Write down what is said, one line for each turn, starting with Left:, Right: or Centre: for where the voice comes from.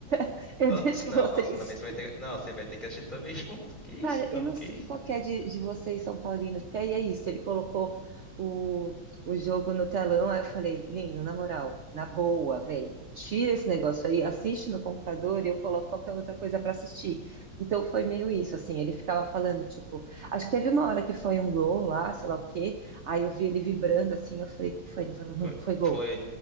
Right: <laughs> eu
Left: Hã?
Right: deixo
Left: não,
Right: vocês.
Left: não, você também você vai ter. Não, você vai ter que assistir também <laughs> junto. Que isso?
Right: Cara,
Left: Não,
Right: eu não
Left: que
Right: sei
Left: isso?
Right: qual que é de, de vocês, São Paulinos, porque aí é isso, ele colocou o, o jogo no telão, aí eu falei, lindo, na moral, na boa, véi, tira esse negócio aí, assiste no computador e eu coloco qualquer outra coisa pra assistir. Então foi meio isso, assim, ele ficava falando, tipo, acho que teve uma hora que foi um gol lá, sei lá o quê, aí eu vi ele vibrando, assim, eu falei, o que que foi? Ele falou, mano,
Left: Foi,
Right: foi gol,
Left: foi,